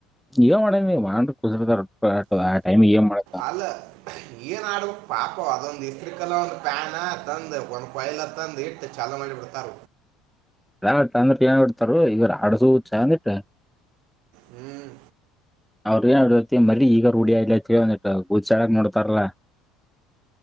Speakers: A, in the centre; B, on the right.
A: ಏನ್ ಮಾಡ ನೀ ಮಾಡನ್ ಕುಸಿತ ಆ ಟೈಮ ಏನ್ ಮಾಡತನ್.
B: ಅಲ್ಲ ಏನ್ ಆಡು ಬೇಕ ಪಾಪ ಅವಾ ಅದೊಂದು ಇಸ್ತ್ರೀ ಕಲಾ ಒಂದು ಪ್ಯಾನ್ ತಂದು ಒಂದ್ ಕೊಯಲ ತಂದು ಇಟ್ಟು ಚಾಲು ಮಾಡಿ ಬಿಡ್ತಾರ.
A: ಯಾವಟ್ಟ ಅಂದ್ರ ಏನ್ ಬಿಡ್ತಾರ ಇವ್ ಅಡಡ್ಸಚ ಅಂದಿಟ್ಟ.
B: ಹ್ಮ್
A: ಅವ್ರ ಏನತಿ ಮರೀ ಈಗ ರೂಡಿಯ ಇಲ ಅ ಕೇಳ ಒಂದಿಟ್ಟ ಉಊದ್ಡಕ್ ನೋಡ್ತಾರಲ್ಲಾ <inaudible>